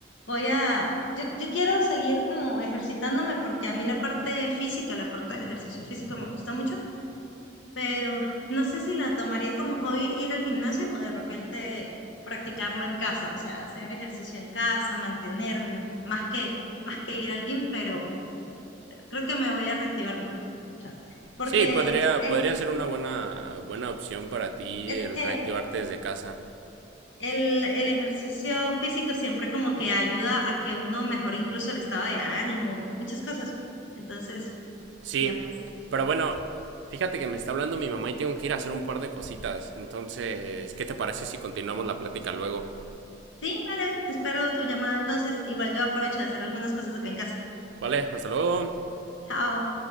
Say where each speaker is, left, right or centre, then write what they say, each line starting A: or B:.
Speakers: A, on the left; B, on the right.
A: voy a, yo, yo quiero seguir como ejercitándome porque a mí la parte física, la parte del ejercicio físico me gusta mucho. pero no sé si la tomaría como hobby ir al gimnasio o de repente practicarlo en casa, o sea, hacer ejercicio en casa, mantenerme, más que, más que ir al gym, pero creo que me voy a reactivar, o sea, porque
B: Sí, podría,
A: es,
B: podría ser una buena, buena opción para ti
A: es
B: el
A: que
B: reactivarte desde casa.
A: el, el ejercicio físico siempre como que ayuda a que uno mejore incluso el estado de ánimo, muchas cosas. Entonces,
B: Sí,
A: bien.
B: pero bueno, fíjate que me está hablando mi mamá y tengo que ir a hacer un par de cositas. Entonces, ¿qué te parece si continuamos la plática luego?
A: Sí, vale, espero tu llamada entonces. Igual yo aprovecho de hacer algunas cosas acá en casa.
B: Vale, hasta luego.
A: Chao.